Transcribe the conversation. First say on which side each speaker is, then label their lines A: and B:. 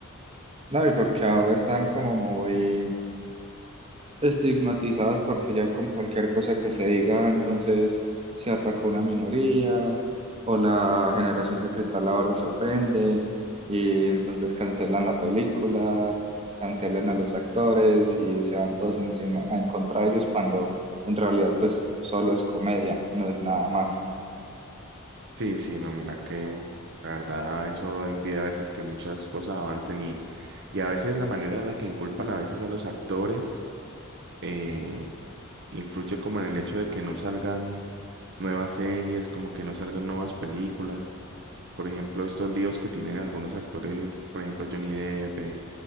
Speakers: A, on the right; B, on the right.
A: no, y porque ahora están como muy... estigmatizadas porque ya con cualquier cosa que se diga, entonces se atacó una minoría o la generación de cristal ahora se ofende y entonces cancelan la película, cancelan a los actores y se van todos encima en contra de ellos cuando en realidad pues solo es comedia, no es nada más.
B: Sí, sí, no, mira que la verdad eso impide a veces que muchas cosas avancen y, y a veces la manera en la que inculpan a veces a los actores eh, influye como en el hecho de que no salgan nuevas series, como que no salgan nuevas películas. Por ejemplo, estos líos que tienen algunos actores, por ejemplo, Johnny Depp, eh,